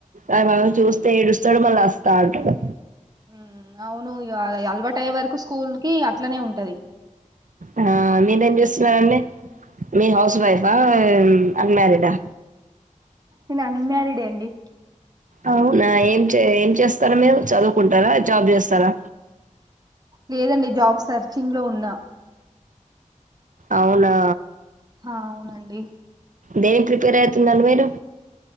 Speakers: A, on the right; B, on the right.
A: అ మళ్ళ చూస్తే ఏడుస్తడు మళ్ళ అస్తా అంటడు
B: ఉమ్ అవును ఇగాడ అలవాటయ్యే వరకు స్కూల్ కి ఇగ ట్లనే ఉంటది
A: ఆ మీరేం జేస్తున్నరండి మీర్ హౌస్ వైఫా అన్ మ్యారీడ్ ఆ
B: నెన్ అన్ మ్యారిడే అండి
A: అవునా ఏం చే ఏం చేస్తరు మీరు చదువుకుంటరా జాబ్ చేస్తరా
B: లేదండి జాబ్ సర్చింగ్ లో ఉన్నా
A: అవునా
B: హా అవునండి
A: దేని ప్రిపేర్ అయితున్నరు మీరు